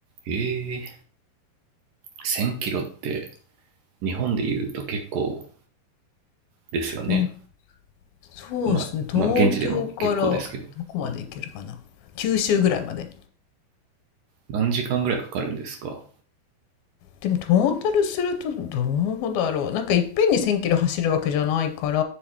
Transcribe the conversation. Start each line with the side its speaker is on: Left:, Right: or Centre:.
Right: えー、1000キロって日本で言うと結構ですよね。
Left: にそうですね東京からどこまで行けるかな九州ぐらいまで。
Right: まあ、まあ現地でも結構ですけど。うん、何時間ぐらいかかるんですか
Left: でもトータルするとどうだろうなんかいっぺんに1,000キロ走るわけじゃないから